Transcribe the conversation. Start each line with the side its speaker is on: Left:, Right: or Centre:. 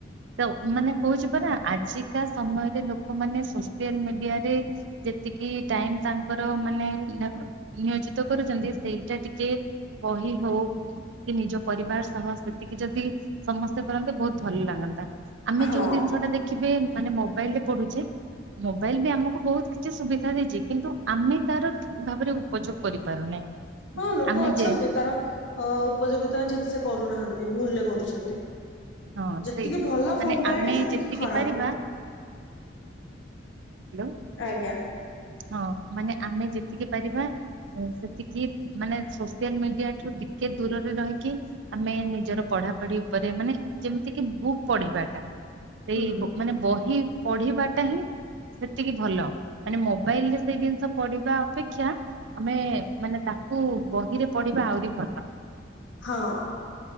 Right: ତ ମାନେ କହୁଛି ପରା ଆଜିକା ସମୟରେ ଲୋକମାନେ ସୋସିଆଲ ମିଡିଆରେ ଯେତିକି ଟାଇମ ତାଙ୍କର ମାନେ ନିୟୋଜିତ କରୁଛନ୍ତି ସେଇଟା ଟିକେ ବହି ହଉ କି ନିଜ ପରିବାର ସହ ସେତିକି ଯଦି ସମସ୍ତେ କରନ୍ତେ ବହୁତ ଭଲ ଲାଗନ୍ତା ଆମେ
Left: ହଁ
Right: ଯୋଉ ଜିନିଷ ଟା ଦେଖିବେ ମାନେ ମୋବାଇଲ ରେ ପଢୁଛେ ମୋବାଇଲ ବି ଆମକୁ ବହୁତ କିଛି ସୁବିଧା ଦେଇଛି କିନ୍ତୁ ଆମେ ତାର ଠିକ ଭାବରେ ଉ ପଯୋଗ କରିପାରୁନେ
Left: ହଁ ଲୋକ
Right: ଆମେ
Left: ଅଛନ୍ତି
Right: ଯେ
Left: ତାର ଅ ଉପଯୋଗିତା ଠିକ ସେ କରୁନାହାନ୍ତି ଭୁଲରେ କରୁଛନ୍ତି
Right: ହଁ
Left: ଯେତିକି
Right: ସେଇ
Left: ଭଲ
Right: ମାନେ
Left: ଭୋବାଇଲଟା
Right: ଆମେ
Left: ସେତିକି
Right: ଯେତିକି
Left: ଖରାପ
Right: ପାରିବା
Left: ବି
Right: ହ୍ୟାଲୋ
Left: ଆଜ୍ଞା
Right: ହଁ ମାନେ ଆମେ ଯେତିକି ପାରିବା ସେତିକି ମାନେ ସୋସିଆଲ ମିଡିଆ ଠୁ ଟିକେ ଦୂରରେ ରହିକି ଆମେ ନିଜର ପଢାପଢି ଉପରେ ମାନେ ଯେମିତି କିି ବୁକ୍ ପଢିବାଟା ସେଇ
Left: ହୁଁ
Right: ବ ମାନେ ବହି ପଢିବାଟା ହିଁ ସେତିକି ଭଲ ମାନେ ମୋ ମୋବାଇଲରେ ସେଇ ଜିନିଷ ପଢିବା ଅପେକ୍ଷା ଆମେ ମାନେ ତାକୁ ବହିରେ ପଢିବା ଆହୁରି ଭଲ
Left: ହଁ